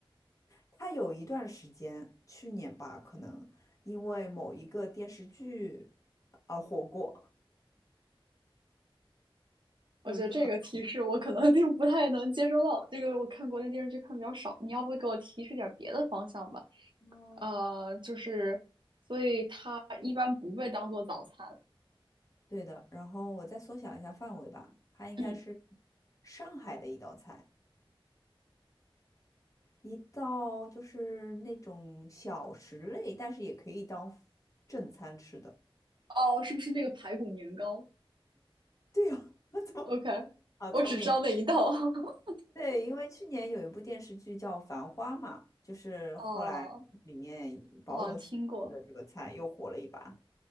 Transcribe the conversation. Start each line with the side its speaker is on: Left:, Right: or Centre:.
Left: 他有一段时间，去年吧，可能因为某一个电视剧而火过，
Right: 我觉得这个提示我可能就不太能接收到，
Left: 有一个很好
Right: 这个我看国内电视剧看的比较少。你要不给我提示点别的方向吧？
Left: 哦，
Right: 呃，就是，所以它一般不被当做早餐。
Left: 对的，然后我再缩小一下范围吧，它应该是
Right: 嗯，
Left: 上海的一道菜，一道就是那种小食类，但是也可以当正餐吃的。
Right: 哦，是不是那个排骨年糕
Left: 对呀，<laughs> 我怎么
Right: ？OK，
Left: 好聪明？
Right: 我只知道那一道。<laughs>
Left: 对，因为去年有一部电视剧叫《繁花》嘛，就是后来里面宝总喜了这个菜，
Right: 哦，我好像听过。
Left: 又火了一把。